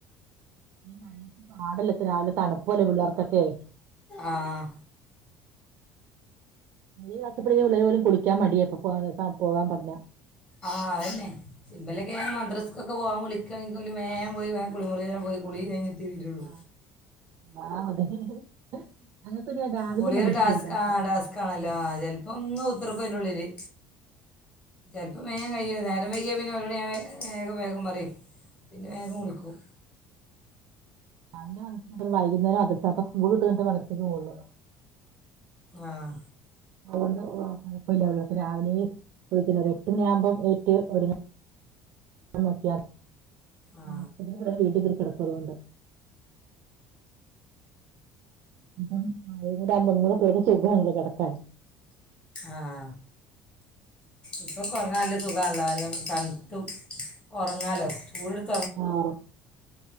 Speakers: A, on the right (about 55°); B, on the left (about 25°).
A: ഈ മഴയത്ത് പാടല്ലട്ട രാവിലെ തണുപ്പു അല്ലേ പിള്ളേർക്കൊക്കെ
B: ആഹ്
A: <unintelligible> കുളിക്കാ മടിയ ഇപ്പോ പോവാൻ പർ പോവാൻ പറഞ്ഞ
B: ആഹ അതെന്നെ ഇവ ലെക്കെ മദ്രസ്ക്കൊക്കെ പോകാൻ വിളിക്കണെങ്ക ഓല് വേഗംപോയി വേഗം കുളിമുറ പോയി കുളി കഴിഞ്ഞി തീരുയുള്ളു
A: <unintelligible> ഞങ്ങക്ക് പിന്നെ രാവിലെ
B: കുളിയ
A: മദ്രസയില്ലാട്ടോ
B: ഒരു ഡാസ്ക് ആ ഡസ്ക് കാണല്ലോ ചിലപ്പോ ഇങ്ങനെ കുത്തിയിരിക്കും അതിന്റെ ഉള്ളില് ഇപ്പം വേഗം കഴിക്ക നേരം വൈകിയാൽ പിന്നെ വളടെ ഞാൻ വേഗം വേഗം പറയും പിന്നെ കുളിക്കും
A: രാവിലെ വന്ന വൈകുന്നേരം വന്നട്ട അപ്പ സ്കൂൾ വിട്ടിട്ട് മദ്രസയ്ക്ക് പോകുള്ളൂ
B: ആഹ
A: അതുകൊണ്ട് കുഴപ്പമില്ലള്ളെ രാവിലെ വിളിക്കുന്ന എട്ട് മണിയാവകുമ്പോം ഏ ഒരു <unintelligible>
B: ആ
A: കിടക്കറൊണ്ട് ഇപ്പ മഴയും കൂടെ അല്ലെ ഒന്നും കൂടെ സുഖാണ് കിടക്കാൻ
B: ആഹ ഇപ്പ കുറഞ് <unintelligible> നല്ല സുഖ ഉള്ളാലും ത ഉറങ്ങാലോ ചൂടുത്ത്
A: ആഹ